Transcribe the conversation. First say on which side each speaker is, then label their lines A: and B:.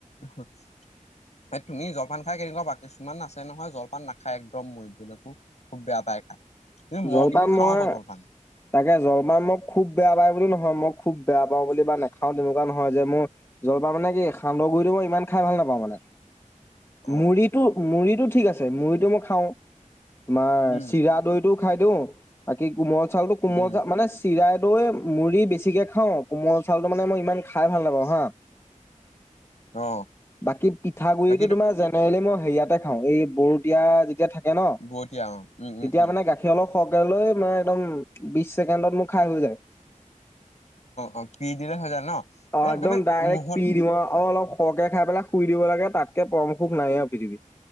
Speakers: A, on the left; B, on the left.
A: হয় এ তুমি জলপান খাই কেনেকুৱা পোৱা কিছুমান আছে নহয় জলপান নাখায় একদম মৰিবলকো খুব বেয়া পায় খাই কিন্তু মই
B: জলপান
A: কিন্তু খাওঁ
B: মই
A: আক জলপান
B: তাকে জলপান মোক খুব বেয়া পাওঁ বুলি নহয় মই খুব বেয়া পাওঁ বুলি বা নাখাও তেনেকুৱা নহয় যে মোৰ জলপান মানে কি সান্দহ গুৰিটো মই ইমান খাই ভাল নাপাওঁ মানে
A: অ
B: মুড়িটো মুড়িটো ঠিক আছে মুড়িটো মই খাওঁ তোমাৰ
A: উম
B: চিৰা টো খাই দিওঁ বাকি কোমল চাউলতো কোমল
A: উম
B: চা মানে চিৰা দৈ মুড়ি বেছিকে খাওঁ কোমল চাউলটো মানে মই ইমান খাই ভাল নাপাওঁ হা <unintelligible>
A: অ
B: বাকী পিঠাগুৰিটো
A: বাকীটো
B: তোমাৰ জেনেৰেলি মই হেৰিয়াতে খাঁও এই বৰো দিয়া যেতিয়া থাকে থাকে ন
A: বতিয়া অ উম
B: তেতিয়া
A: উম উম
B: মানে গাখীৰ গাখীৰ অলপ হৰকে‌ লৈ মানে একদম বিশ ছেকেণ্ডত মোৰ খাই হৈ যায়
A: অ পি দিলে হৈ যায় ন
B: অ
A: এ
B: একদম
A: তুমি
B: ডাইৰেক্ট
A: মুহত
B: পি দিব অলপ সৰকে খাই পেলাই শুই দিব লাগে তাতকে পৰমসুখ নাইয়ে আৰু পৃথিৱীত